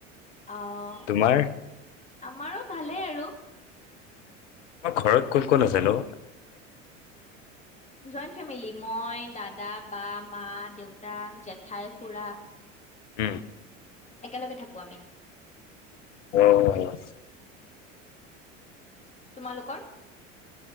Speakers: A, on the left; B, on the left.
A: অঁ
B: তোমাৰ
A: আমাৰো ভালেই আৰু।
B: তোমাৰ ঘৰত কোন কোন আছে নো?
A: জইণ্ট ফেমিলি মই দাদা, বা, মা, দেউতা, জেঠাই, খুৰা
B: উম।
A: একেলগে থাকো আমি
B: অঁ।
A: তোমালোকৰ?